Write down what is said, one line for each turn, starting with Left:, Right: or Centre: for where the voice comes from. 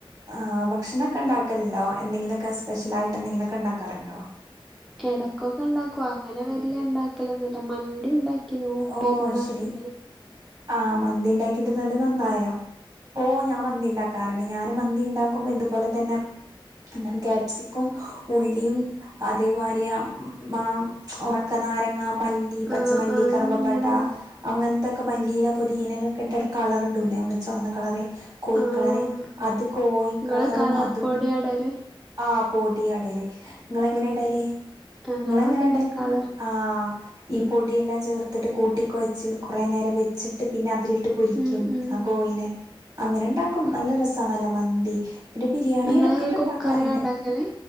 Right: ആഹ്. ഭക്ഷണൊക്കെ ഒക്കെണ്ടാക്കല്ണ്ടോ. എന്തെങ്കിലൊക്കെ സ്പെഷ്യലായിട്ടെന്തെങ്കിലൊക്കെ ഇണ്ടാക്കാറുണ്ടോ..
Centre: എടക്കൊക്കെണ്ടാക്കും. അങ്ങനെ വെല്ല്യണ്ടാക്കലൊന്നുല്ല. മന്തിണ്ടാക്കിനു
Right: ഓ
Centre: പെരുന്നാൾ.
Right: ശരി
Centre: ഉം
Right: ആഹ്. മന്തിണ്ടാക്കിട്ട്ന്നട്ട് നന്നായോ. ഓഹ് ഞാമന്തിണ്ടാക്കാറ്ണ്ട്. ഞാനു മന്തി ഇണ്ടാക്കുമ്പോ ഇതുപോലെ തന്നെ.. എന്താണ് ക്യാപ്സിക്കം. ഉള്ളിയും.. അതേമായിരി. യാം. മാം. ഒണക്ക നാരങ്ങ. മല്ലി.. ഈ. പച്ചമല്ലി
Centre: ആഹ് ആഹ്
Right: കറുവപട്ട..
Centre: അങ്ങനെന്നെ
Right: അങ്ങൻത്തെക്കെ മല്ലീയില. പൊതീനെലൊക്കെ. ഇട്ടങ്ങ് കളർ ഇണ്ടൂലേ. നമ്മള് ച്ചോന്ന കളറ്. കോയിക്കളറേ.
Centre: ആഹ്
Right: അത് കോഴി..
Centre: ഇങ്ങള്
Right: കളറും
Centre: കളർ
Right: അതും.
Centre: പൊടിയാ ഇടല്
Right: ആ പോടിയാടല്.. ഇങ്ങളെങ്ങനെടല്.
Centre: ആഹ് ആഹ് ഞങ്ങളും
Right: ങ്ങളെങ്ങനെടല്..
Centre: അതന്നെ കളർ
Right: ആഹ് ഈ പൊടിയെല്ലാം ചേർത്തിട്ട്. കൂട്ടികൊയച്ച് കുറെനേരം വെച്ചിട്ട്. പിന്നെ അതില്. ഇട്ട് പൊരിക്യും.
Centre: ഉം ഉം
Right: ആഹ് കോയിനെ. അങ്ങനെണ്ടാക്കും നല്ല രസാണല്ലോ മന്തി.. പിന്നെ ബിരിയാണി.
Centre: ഇങ്ങളെങ്ങനെ
Right: എടക്കൊക്കെ
Centre: കുക്കറിലാ
Right: ഇണ്ടാക്കാറ്ണ്ട്..
Centre: ഇണ്ടാക്കല്